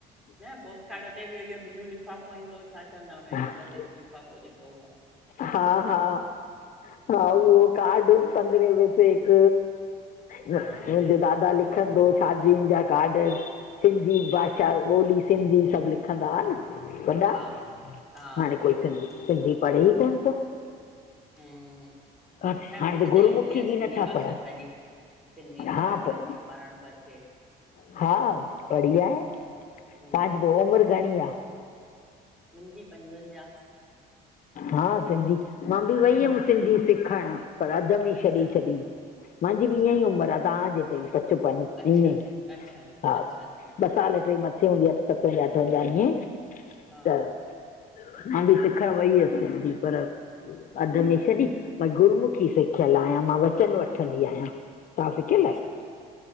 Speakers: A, in the centre; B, on the left (about 50°).
A: न पोस्ट कार्ड ते बि इहो बिलू लिफ़ाफ़ो ईंदो छा चवंदा हुनो
B: हा
A: अंदर ते लिफाफो जेको उहो उहो
B: हा हा
A: हम्म,
B: हा उहो काड पंद्रह वसे
A: हम्म,
B: हिक
A: हा
B: मुंजे दादा लिख लिखंदो शादियुन जा काड सिंधी भाषा ॿोली सिंधी सभ लिखंदा न।
A: हा
B: वॾा
A: हा
B: हाणे
A: हा
B: कोई सिंधी
A: हम्म,
B: सिंधी पढ़े ई कोन थो।
A: हम्म खैर
B: हाणे
A: मुखे त
B: गुरुमुखी
A: ईंदी आ
B: बि
A: सिंधी
B: नथा
A: भाषा
B: पढ़नि
A: सॼी। सिंधी लिखण
B: हा
A: ब अचे पढ़ण बचे।
B: हा बढ़िया हे, तव्हांजी
A: हम्म, हम्म।
B: उमर घणी आ?
A: मुंहिंजी पंजवंजाह।
B: हा सिंधी मां बि वई हुयम सिंधी सिखण पर अध में
A: अच्छा
B: छॾे छॾी। मांजी
A: अच्छा
B: बि ईअं ई
A: विया
B: उमर
A: हुआ
B: आ तव्हां जेतरी पचपन ईअं
A: अच्छा
B: ई
A: अच्छा
B: हा
A: अच्छा अच्छा
B: ॿ साल ट्रे मथे हूंदी आहे। <unintelligible>
A: हा
B: अखर वई हुस सिंधी पर अध में छदी। मां गुरमुखी
A: हम्म,
B: सिखयल आयां मां वचन वठंदी आहियां। सिखियल
A: अच्छा-अच्छा
B: आहियो